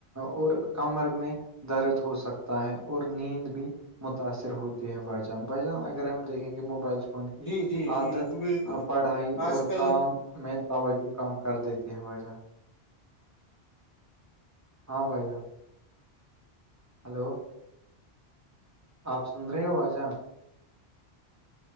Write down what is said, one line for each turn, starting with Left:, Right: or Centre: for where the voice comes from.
Right: اور کمر میں درد ہو سکتا ہے اور نیند بھی متاثر ہوتی ہے بائیجان بائیجان اگر ہم دیکھیں گے موبائل فون کی
Left: جی جی
Right: عادت
Left: بالکل بالکل
Right: پڑھائی
Left: آج
Right: اور
Left: کل
Right: کام میں توجہ کم کر دیتی ہے وجہ ہاں بائی جا ہلو آپ سن رہے ہو آ جان